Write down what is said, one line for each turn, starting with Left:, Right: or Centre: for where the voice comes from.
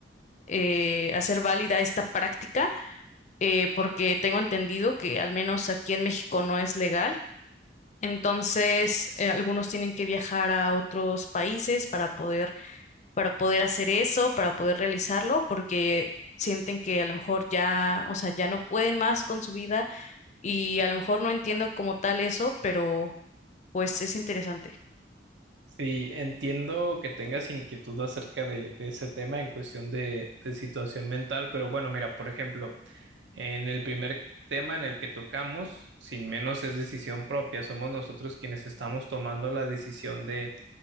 Left: eh, hacer válida esta práctica, eh, porque tengo entendido que al menos aquí en México no es legal entonces, eh, algunos tienen que viajar a otros países para poder, para poder hacer eso, para poder realizarlo, porque sienten que a lo mejor ya, o sea, ya no pueden más con su vida y a lo mejor no entiendo como tal eso, pero pues es interesante.
Right: Sí, entiendo que tengas inquietud acerca de, de ese tema en cuestión de, de situación mental, pero bueno, mira, por ejemplo, en el primer tema en el que tocamos, sin menos es decisión propia, somos nosotros quienes estamos tomando la decisión de